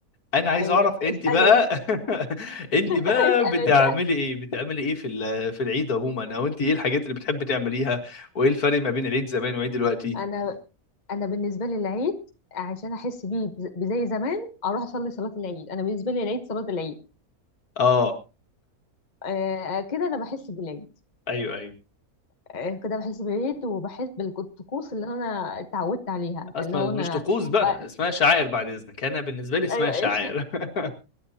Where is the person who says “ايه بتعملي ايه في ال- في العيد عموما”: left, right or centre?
Left